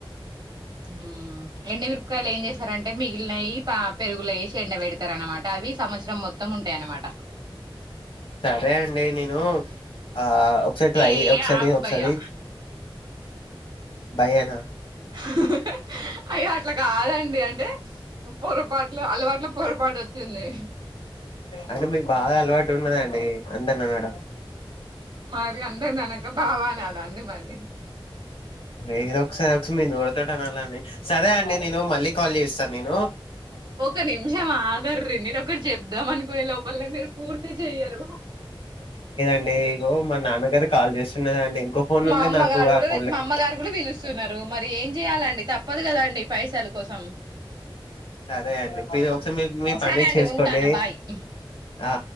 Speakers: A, on the right; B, on the left.
A: ఉమ్ ఎండు విరపకాయలు ఏం చేస్తారంటే మిగిలినయి ప పెరుగులో ఏసి ఎండ వెడతారు అనమాట అవి సంవత్సరం మొత్తం ఉంటాయి అన్నమాట
B: సరే అండి నేను ఆ ఒకసారి ట్రై
A: ఏ
B: ఒకసారి
A: ఆగు
B: నీది ఒకసారి
A: భయ్యా
B: భయ్యా నా
A: హహా అయ్యో అట్లా కాదండి పొరపాట్లు అలవాట్ల పొరపాటు వచ్చింది
B: అంటే మీకు బాగా అలవాటు ఉన్నదండి అందరినీ అనడం
A: మరి అందరిని అనక బావా అనాల అండి మరి
B: ఏదొ ఒకసారి ఒకసారి మీరు నోడుతోటి అనాలి అండి సరే అండి నేను మళ్ళీ కాల్ చేస్తాను నేను
A: ఒక నిమిషం ఆగర్రి నేను ఒకటి చెప్ప దాం అనుకునే లోపు మళ్ళ మీరు పూర్తి చెయ్యరు
B: అండి ఇగో మా నాన్నగారు కాల్ చేస్తున్నరండి ఇంకో ఫోన్ నుండి
A: మా అమ్మగారు
B: నాకు ఆ
A: గూడా
B: ఫోన్లకి
A: మా అమ్మగారు గూడా పిలుస్తున్నారు మరి ఏం చెయ్యాలండి తప్పదు కదండి పైసలు కోసం
B: సరే అండి మీరు ఒకసారి మీ పని
A: సరే అండి
B: చేసుకోండి
A: ఉంటాను బాయ్
B: ఆ